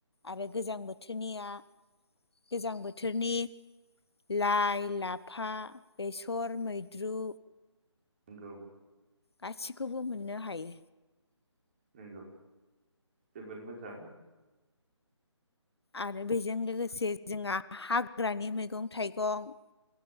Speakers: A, on the left; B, on the right.
A: आरो गोजां बोथोरनिया गोजां बोथोरनि लाइ लाफा बेसर मैद्रु
B: नोंगौ
A: गासिखौबो मोननो हायो।
B: नंगौ जोबोद मोजां।
A: आरो बेजों लोगोसे जोंहा हाग्रानि मैगं थाइगं